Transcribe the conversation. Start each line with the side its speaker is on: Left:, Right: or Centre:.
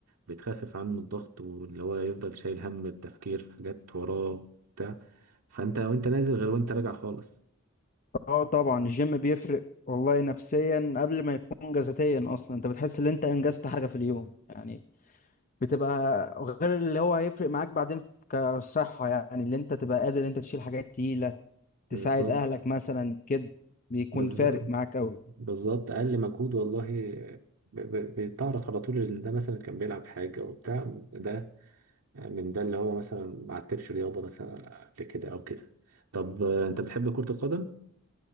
Right: بتخفف عنه الضغط واللي هو يفضل شايل هم التفكير في حاجات وراه بتاع فانت وانت نازل غير وانت راجع خالص
Left: اه طبعا الجيم بيفرق والله نفسيا قبل ما يكون جسديا اصلا انت بتحس ان انت انجزت حاجة في اليوم يعني بتبقى غير اللي هو هيفرق معاك بعدين في- كصحة يعني اللي انت تبقى قادر انت تشيل حاجات تقيلة
Right: بالظبط
Left: تساعد اهلك مثلا كده بيكون
Right: بالظبط
Left: فارق معاك قوي
Right: بالظبط أقل مجهود والله ب- ب- بتعرف على طول إن ده مثلا كان بيلعب حاجة وبتاع ده من ده اللي هو مثلا ما عتبش رياضة مثلا قبل كده أو كده طب آه، أنت بتحب كرة القدم؟